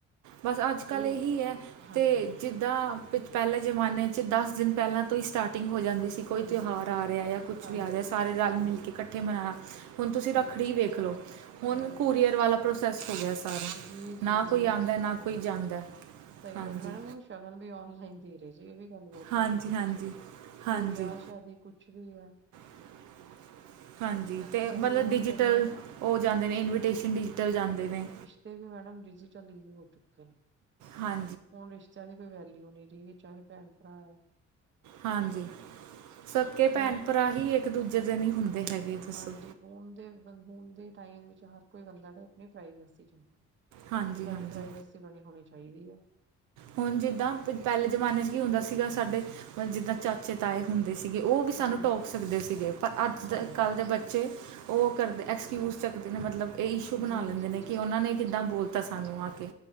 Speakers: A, on the right (about 80°); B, on the right (about 40°).
A: ਬਸ ਅੱਜ ਕੱਲ੍ਹ
B: ਇਹ
A: ਇਹੀ ਹੈ
B: ਹਾਂਜੀ
A: ਤੇ ਜਿੱਦਾਂ ਪ ਪਹਿਲੇ ਜ਼ਮਾਨੇ 'ਚ ਦਸ ਦਿਨ ਪਹਿਲਾਂ ਤੋਂ ਹੀ ਸਟਾਰਟਿੰਗ ਹੋ ਜਾਂਦੀ ਸੀ। ਕਿ ਕੋਈ
B: ਜੀ
A: ਤਿਉਹਾਰ ਆ ਰਿਹਾ ਜਾਂ ਕੁਛ
B: ਹਾਂਜੀ
A: ਵੀ ਆ ਰਿਹਾ, ਸਾਰੇ ਰਲ
B: ਹਾਂਜੀ
A: ਮਿਲ ਕੇ ਇਕੱਠੇ ਮਨਾਉਣਾ। ਹੁਣ ਤੁਸੀਂ ਰੱਖੜੀ
B: ਹਾਂਜੀ
A: ਵੇਖ ਲੋ, ਹੁਣ
B: ਜੀ
A: ਕੂਰੀਅਰ ਵਾਲਾ ਪ੍ਰੋਸੈਸ ਹੋ ਗਿਆ ਸਾਰਾ ਸਾਰਾ,
B: ਜੀ ਜੀ
A: ਨਾ
B: ਜੀ
A: ਕੋਈ
B: ਮੈਡਮ
A: ਆਦਾ,
B: ਉਹ
A: ਨਾ
B: ਤਾਂ ਹੈ
A: ਕੋਈ
B: ਹੀ
A: ਜਾਂਦਾ।
B: ਸਹੀ
A: ਹਾਂਜੀ
B: ਗੱਲ ਐ, ਮੈਡਮ ਹੁਣ ਸ਼ਗਨ ਵੀ ਔਨਲਾਈਨ ਦੇਰੇ ਜੇ ਏ ਵੀ ਗੱਲ ਬੌਤ
A: ਹਾਂਜੀ
B: ਵੱਡੀ ਆ,
A: ਹਾਂਜੀ ਹਾਂਜੀ
B: ਕੋਈ ਵਿਆਹ ਸ਼ਾਦੀ ਕੁਛ ਵੀ ਆ।
A: <inaudible> ਹਾਂਜੀ, ਤੇ
B: ਹੁਣ
A: ਮਲਬ
B: ਲੋਕ
A: ਡਿਜੀਟਲ,
B: ਜਿਹੜੇ ਹੈਗੇ
A: ਓ ਜਾਂਦੇ ਨੇ ਇਨਵੀਟੇਸ਼ਨ ਡਿਜੀਟਲ ਜਾਂਦੇ ਨੇ।
B: ਤੇ ਵੀ ਮੈਡਮ ਡਿਜ਼ੀਟਲ ਹੀ ਹੋ ਚੁੱਕੇ ਨੇ।
A: ਹਾਂ
B: ਹੁਣ ਰਿਸ਼ਤਿਆਂ ਦੀ ਕੋਈ ਵੈਲਿਊ ਨੀ ਰੀ ਚਾਹੇ ਭੈਣ ਭਰਾ ਐ।
A: ਹਾਂਜੀ, ਸਕੇ ਭੈਣ
B: ਹੁਣ
A: ਭਰਾ ਹੀ ਇੱਕ ਦੂਜੇ ਦੇ ਨੀ ਹੁੰਦੇ। ਹੈਗੇ ਦੱਸੋ
B: ਹਾਂਜੀ ਹੁਨ ਦੇ ਹੁਨ ਦੇ ਟਾਈਮ ਵਿੱਚ ਹਰ ਕੋਈ ਬੰਦਾ ਕਏ ਆਪਣੀ ਪ੍ਰਾਈਵੇਸੀ ਚਾਉਂਦਾ। ਕਿ
A: ਹਾਂਜੀ
B: ਸਾਡੀ
A: ਹਾਂਜੀ
B: ਪ੍ਰਾਈਵੇਸੀ ਬਣੀ ਹੋਣੀ ਚਾਈਦੀ ਆ।
A: ਹੁਣ ਜਿੱਦਾਂ ਪੈਲੇ ਜ਼ਮਾਨੇ 'ਚ ਕੀ ਹੁੰਦਾ ਸੀਗਾ, ਸਾਡੇ ਮਲ ਜਿੱਦਾਂ ਚਾ ਚੇ ਤਾਏ ਹੁੰਦੇ ਸੀਗੇ, ਓ ਵੀ ਸਾਨੂੰ
B: ਜੀ
A: ਟੋਕ ਸਕਦੇ ਸੀਗੇ, ਪਰ ਅੱਜ ਦੇ
B: ਹਾਂਜੀ
A: ਕੱਲ੍ਹ ਦੇ ਬੱਚੇ ਓ ਕਰਦੇ ਐਕਸਕਿਊਜ਼ ਚੱਕਦੇ ਨੇ, ਮਤਲਬ ਏ ਇਸ਼ੂ ਬਣਾ
B: ਜੀ
A: ਲੈਂਦੇ
B: ਜੀ
A: ਨੇ
B: ਜੀ
A: ਕਿ ਓਨਾਂ ਨੇ ਕਿੱਦਾਂ ਬੋਲਤਾ ਸਾਨੂੰ ਆ ਕੇ।